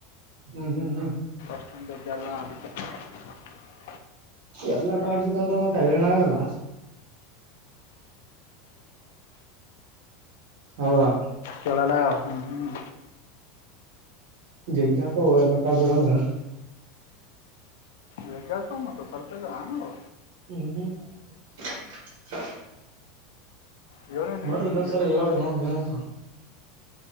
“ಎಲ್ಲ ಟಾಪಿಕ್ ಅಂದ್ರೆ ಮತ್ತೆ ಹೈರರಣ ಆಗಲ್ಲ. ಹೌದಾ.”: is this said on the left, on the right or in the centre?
Right